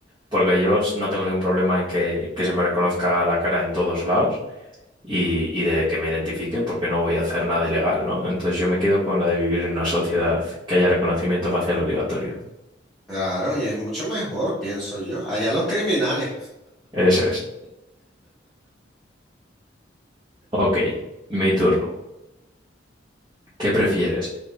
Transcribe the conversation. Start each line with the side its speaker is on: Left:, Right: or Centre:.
Right: Porque yo s- no tengo ningún problema en que, que se me reconozca la cara en todos lados y, y de que me identifiquen porque no voy a hacer nada ilegal, ¿no? Entonces yo me quedo con la de vivir en una sociedad que haya reconocimiento facial obligatorio.
Centre: Claro, y es mucho mejor, pienso yo. Allá los criminales.
Right: Eso es. Ok, mi turno. ¿Qué prefieres?